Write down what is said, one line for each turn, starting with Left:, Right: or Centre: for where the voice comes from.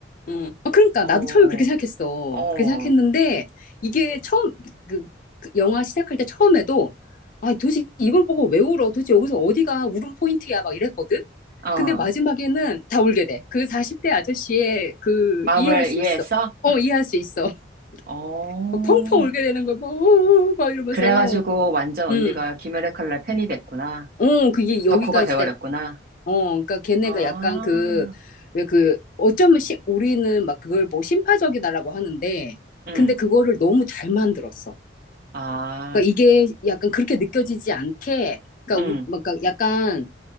Left: 음. 어, 그러니까
Right: 어,
Left: 나도 처음에 그렇게 생각했어.
Right: 어,
Left: 그렇게 생각했는데 이게 처음 그, 그 영화 시작할 때 처음에도 아 도대체 이걸 보고 왜 울어? 도대체 여기서 어디가 울음 포인트야? 막 이랬거든.
Right: 어.
Left: 근데 마지막에는 다 울게 돼. 그 40대 아저씨의 그
Right: 마음을
Left: 이해할 수
Right: 이해했어?
Left: 있어. 어 이해할 수 있어. <laughs>
Right: 어.
Left: 막 펑펑 울게 되는 거막 막 어, 어, 막 이러면서
Right: 그래가지고 완전 언니가
Left: 음.
Right: 김열의 칼날 팬이 됐구나.
Left: 어 그게 여기가
Right: 덕후가 돼버렸구나.
Left: 진짜 어, 그러니까 걔네가
Right: 아,
Left: 약간 그, 왜 그, 어쩌면 시, 우리는 막 그걸 뭐 심파적이다라고 하는데,
Right: 응.
Left: 근데 그거를 너무 잘 만들었어.
Right: 아,
Left: 그러니까 이게 약간 그렇게 느껴지지 않게, 그러니까,
Right: 응,
Left: 우, 막 그러니까 약간,